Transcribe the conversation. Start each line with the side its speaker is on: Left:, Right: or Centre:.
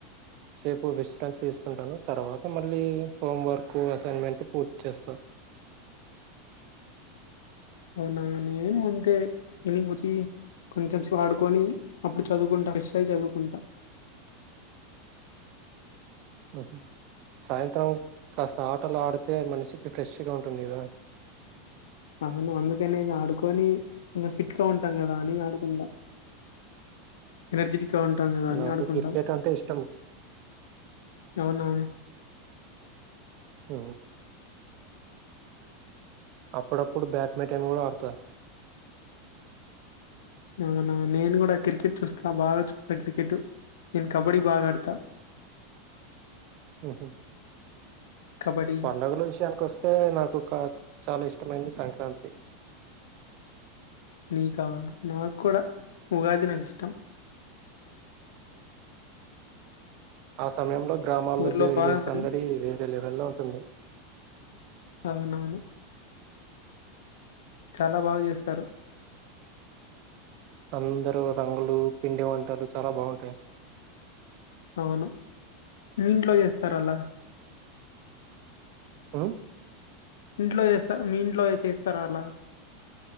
Right: సేపు విశ్రాంతి తీసుకుంటాను తర్వాత మళ్ళీ హోం వర్క్ అసైన్మెంట్ పూర్తి చేస్తా
Left: అవునా నేన్ మంతే ఈవ్నింగ్ వచ్చి కొంచెం స్లో ఆడుకొని అప్పుడు చదువుకుంటా ఫ్రెష్ అయ్యి జదువుకుంటా
Right: అహ సాయంత్రం కాస్త ఆటలు ఆడితే మనిషికి ఫ్రెష్గా ఉంటుంది గదా
Left: అవును అందుకనే ఆడుకొని కొంచెం ఫిట్ గా ఉంటాం కదా అని ఆడుకుంంటడా ఎనర్జ ఇంకా ఉంటాంది కదా అని
Right: నాకు
Left: ఆడుకుంటాం
Right: క్రికెట్ అంటే ఇష్టం
Left: ఎమన్నా
Right: ఆ అప్పుడప్పుడు బ్యాడ్మింటన్ కూడా ఆడతా
Left: అవునా నేను కూడా క్రికెట్ చూస్తా బాగా చూస్తా క్రికెట్ నేను కబడి బాగా అడతా
Right: ఆఓహా
Left: కబడ్డీ
Right: పడుగల విషయానికి వస్తే నాకు కా చాలా ఇష్టమైనంది సంక్రాంతి
Left: నీకా నాకు కూడా ఉగాది నాకు ఇష్టం
Right: ఆ సమయంలో గ్రామాల్లో
Left: ఊర్లో
Right: జరిగే
Left: బాగా
Right: సందడి
Left: మన్
Right: వేరే లెవెల్లో ఉంటుంది
Left: అవునవును చాలా బాగా చేస్తారు
Right: అందరుూ రంగులు పిండి వంటలు చాలా బాగుంటాయి
Left: అవును ఇంట్లో చేస్తార అలా
Right: ఆ
Left: ఇంట్లో చేస్త మీ ఇంట్లో చేస్తారా అలా